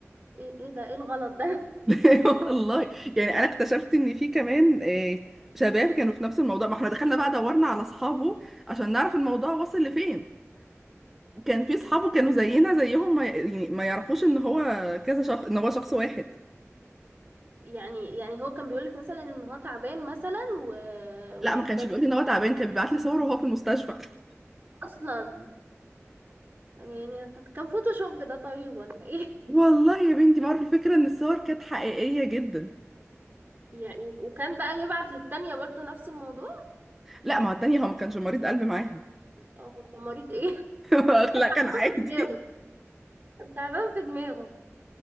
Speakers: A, on the right; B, in the centre.
A: ايه ايه ده ايه الغلط ده
B: <laughs> والله يعني انا اكتشفت ان في كمان آه، شباب كانوا في نفس الموضوع ما احنا دخلنا بقى دورنا على اصحابه عشان نعرف الموضوع وصل لفين كان في صحابه كانوا زينا زيهم ما يعني ما يعرفوش ان هو كذا شخص ان هو شخص واحد
A: <laughs> يعني يعني هو كان بيقولك مثلا ان هو تعبان مثلا و... ومحتاج
B: لا ما كانش بيقول
A: بقى
B: لي ان هو تعبان كان بيبعت لي صور وهو في المستشفى
A: اصلا يعني كان فوتوشوب ده طيب ولا ايه
B: والله يا بنتي بعرف الفكره ان الصور كانت حقيقيه جدا
A: <laughs> يعني و- وكان بقى يبعت للتانية برضو نفس الموضوع
B: لا ما هو التانية هو ما كانش مريض قلب معاها
A: اه طب مريض ايه
B: <laughs> لا
A: <laughs>
B: كان عادي
A: دماغه تعبان في دماغه